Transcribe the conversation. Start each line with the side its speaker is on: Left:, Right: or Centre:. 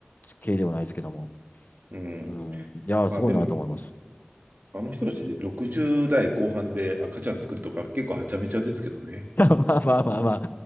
Left: 系ではないですけども。
Right: うん。
Left: うん。いやー、
Right: まあでも、
Left: すごいなと思います。
Right: あの人たちで60代後半で赤ちゃん作るとか結構はちゃめちゃですけどね。
Left: <laughs> まあまあまあまあ。